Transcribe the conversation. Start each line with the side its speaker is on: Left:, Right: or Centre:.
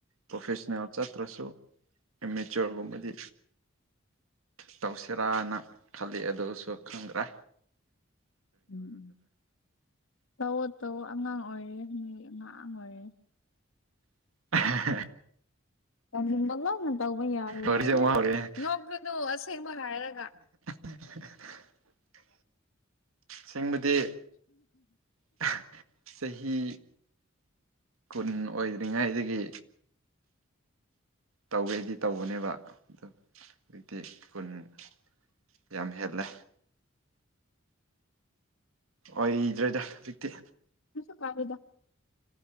Right: ꯄ꯭ꯔꯣꯐꯦꯁꯅꯦꯜ ꯆꯠꯇ꯭ꯔꯁꯨ ꯑꯦ ꯃꯦꯆꯣꯔꯒꯨꯝꯕꯗꯤ ꯇꯧꯁꯤꯔꯥꯅ ꯈꯜꯂꯤ ꯑꯗꯨꯁꯨ ꯈꯪꯗ꯭ꯔꯦ
Left: ꯎꯝ ꯇꯧꯋꯣ ꯇꯧꯋꫭ ꯑꯉꯥꯡ ꯑꯣꯏꯔꯦ ꯅꯣꯏ ꯑꯉꯥꯡ ꯑꯣꯏꯔꯦ
Right: <unintelligible>
Left: ꯇꯧꯅꯤꯡꯕ ꯉꯥꯛꯅ ꯇꯧꯕ ꯌꯥꯔꯤꯌꯦ
Right: ꯋꯥꯔꯤꯁꯦ
Left: ꯍꯧꯖꯤꯛ
Right: ꯑꯃꯨꯛ ꯍꯧꯔꯛꯑꯦ
Left: ꯅꯣꯛꯒꯅꯨ ꯑꯁꯦꯡꯕ ꯍꯥꯏꯔꯒ
Right: <unintelligible> ꯁꯦꯡꯕꯗꯤ <unintelligible> ꯆꯍꯤ ꯀꯨꯟ ꯑꯣꯏꯗ꯭ꯔꯤꯉꯩꯗꯒꯤ ꯇꯧꯒꯦꯗꯤ ꯇꯧꯕꯅꯦꯕ <unintelligible> ꯍꯧꯖꯤꯛꯇꯤ <unintelligible> ꯌꯥꯝ ꯌꯦꯠꯂꯦ ꯑꯣꯏꯗ꯭ꯔꯦꯗ ꯍꯧꯖꯤꯛꯇꯤ
Left: ꯀꯩꯁꯨ ꯀꯥꯏꯗꯦꯗ